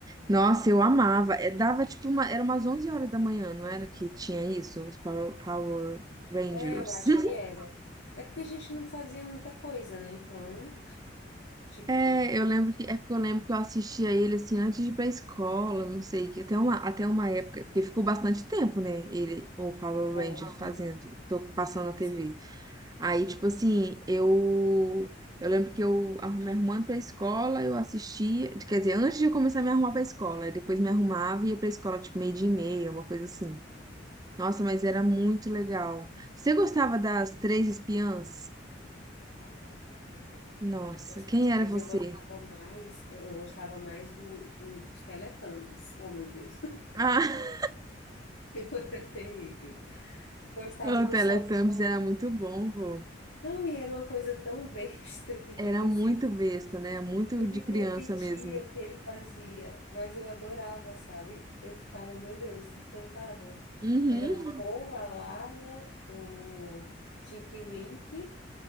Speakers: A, on the right; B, on the left.
A: Nossa, eu amava. É, dava tipo uma, era umas 11 horas da manhã, não era que tinha isso? Os Power, Power Rangers.
B: É, eu acho
A: <laughs>
B: que era. É porque a gente não fazia muita coisa, né? Então, tipo,
A: É, eu lembro que é porque eu lembro que eu assistia ele assim antes de ir pra escola, não sei, que até uma, até uma época, porque ficou bastante tempo, né? Ele, o Power
B: ficou.
A: Ranger
B: Aham.
A: fazendo, tô passando na TV.
B: Sim,
A: Aí, tipo assim, eu eu lembro que eu arru- me arrumando pra escola, eu assistia, quer dizer, antes de eu começar a me arrumar pra escola, aí depois me arrumava e ia pra escola tipo meio dia e meia, uma coisa assim. Nossa, mas era muito legal. Você gostava das Três Espiãs?
B: sábado também. Aham.
A: Nossa,
B: Gost-
A: quem era
B: Mas
A: você?
B: eu gostava mais, é, eu gostava mais do, do- dos Teletubbies. Oh, meu Deus,
A: Ah,
B: <laughs> eu era terrível. Eu
A: <laughs>
B: gostava
A: o
B: do
A: Teletubbies
B: sol.
A: era muito bom, vô.
B: Não, e era uma coisa tão <laughs> besta que, tipo
A: Era
B: assim,
A: muito besta, né? Muito
B: ele
A: de criança
B: repetia
A: mesmo.
B: o que ele fazia, mas eu adorava, sabe? Eu ficava, meu Deus, encantada.
A: Uhum.
B: Era o Paul, a Lala, o Tinky Winky,